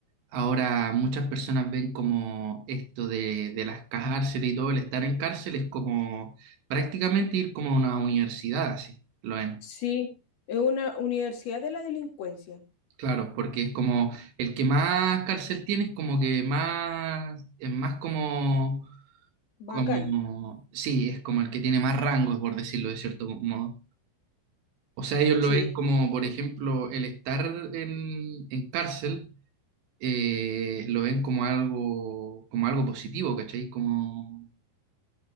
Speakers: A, on the right; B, on the left.
A: ahora muchas personas ven como esto de, de las cárceles y todo, el estar en cárcel es como prácticamente ir como a una universidad, así, lo ven.
B: sí, es una universidad de la delincuencia.
A: Claro, porque es como el que más cárcel tiene es como que más, es más como como,
B: Bacán,
A: sí, es como el que tiene más rangos, por decirlo de cierto modo. O sea, ellos lo
B: sí.
A: ven como, por ejemplo, el estar en, en cárcel, eh, lo ven como algo, como algo positivo, ¿cachai? Como,